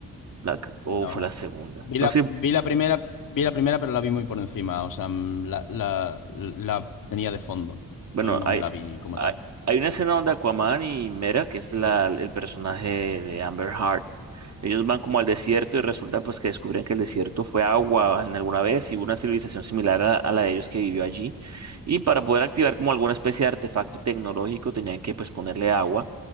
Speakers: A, on the right (about 45°); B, on the left (about 60°).
A: La... O
B: no,
A: fue
B: no.
A: la segunda.
B: Vi
A: No
B: la,
A: sé,
B: vi la primera, vi la primera, pero la vi muy por encima. O sea, mm, la, la, la tenía de fondo.
A: bueno,
B: No, no
A: hay,
B: me la vi como
A: hay,
B: tal.
A: hay una escena donde Aquaman y Mera, que es la, el personaje de Amber Heard, ellos van como al desierto y resulta pues que descubren que el desierto fue agua en alguna vez y hubo una civilización similar a, a la de ellos que vivió allí. Y para poder activar como alguna especie de artefacto tecnológico tenían que pues ponerle agua.